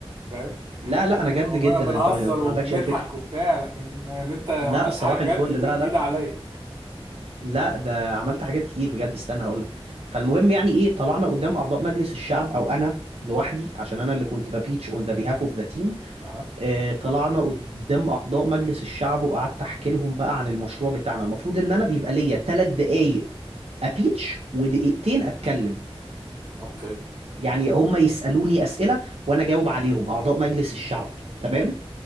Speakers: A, on the right (about 45°); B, on the right (about 75°).
A: فاهم
B: لا لا انا جد
A: عمالنا
B: جدا
A: بنهزر
B: انت ما انت
A: وبنضحك
B: ما عندكش اي فكره
A: وبتاع لكن ان انت عملت
B: لا صباح
A: حاجه
B: الفل
A: جد
B: لا
A: دي جديده
B: لا
A: عليا
B: لا ده عملت حاجات كتير بجد استنى هقول لك فالمهم يعني ايه طلعنا قدام اعضاء مجلس الشعب او انا لوحدي عشان انا اللي كنت ببيتش اون ذا بيهاف اوف ذا تيم
A: اها
B: طلعنا قدام اعضاء مجلس الشعب وقعدت احكي لهم بقى عن المشروع بتاعنا المفروض ان انا بيبقى ليا ثلاث دقايق ابيتش ودقيقتين اتكلم
A: اوكي
B: يعني هم يسألوني أسئلة وأنا أجاوب عليهم أعضاء مجلس الشعب تمام